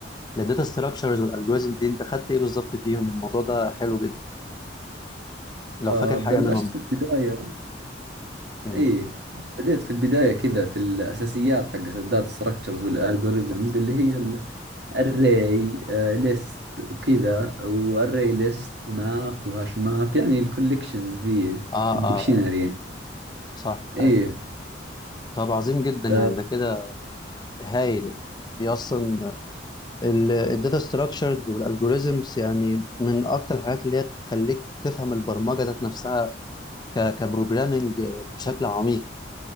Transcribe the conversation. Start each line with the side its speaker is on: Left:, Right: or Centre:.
Left: للداتا ستراكشرز والالجوريزم دي انت خدت ايه بالظبط فيهم الموضوع ده حلو جدا لو
Right: آه
Left: فاكر
Right: بلشت
Left: حاجه منهم
Right: في البداية
Left: مم.
Right: اي بديت في البداية كذا في الأساسيات حقت الداتا ستراكشرز والالجوريزمز اللي هي الاري ليست وكذا واري ليست ماب وهاش ماب يعني الكوليكشنز ذي
Left: اه اه
Right: الدكشنري
Left: آه، صح
Right: ايه
Left: أيوة. طب عظيم جدا يعني
Right: آه
Left: ده كده هايل يعني دي اصلا الداتا ستراكشرز والالجوريزمز يعني من اكتر الحاجات اللي هي تخليك تفهم البرمجه ذات نفسها كبروجرامنج بشكل عميق